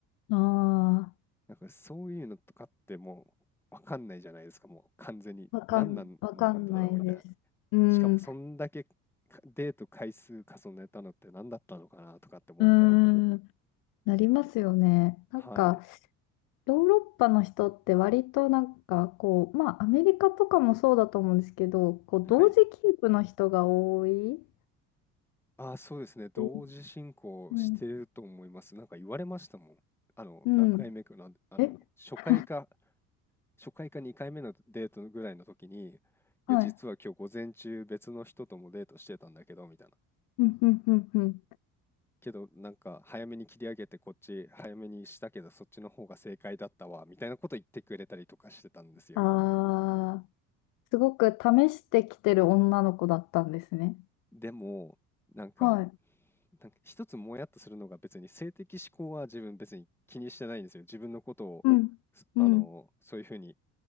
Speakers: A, on the left (about 45°); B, in the centre.
A: あ
B: なんかそういうのとかってもうわかんないじゃないですか、もう完全に。
A: あ、わかん、
B: 何なんなんだろうみたいな。
A: わかんないです。うん。
B: しかもそんだけかデート回数重ねたのって何だったのかなとかって思ったり。
A: うん。なりますよね。なんか、
B: はい。
A: ヨーロッパの人って割となんかこう、まあアメリカとかもそうだと思うんですけど、こう同時キープの人が多い。
B: はい。ああ、そうですね。同時進行してると思います。
A: えうん。
B: なんか言われましたもん。あの、
A: うん。
B: 何回目かなん、あの、
A: え
B: 初回か、
A: <laughs>
B: 初回か2回目のデートぐらいの時に、
A: はい。
B: いや、実は今日午前中別の人ともデートしてたんだけど、みたいな。
A: うんうんうんうん。
B: けど、なんか早めに切り上げてこっち早めにしたけど、そっちの方が正解だったわ、みたいなこと言ってくれたりとかしてたんですよ。
A: ああ、すごく試してきてる女の子だったんですね。
B: でも、なんか、
A: はい。
B: なんか一つもやっとするのが別に性的指向は自分別に気にしてないんですよ。自分のことを、
A: うん。
B: すあの、
A: うん。
B: そういうふうに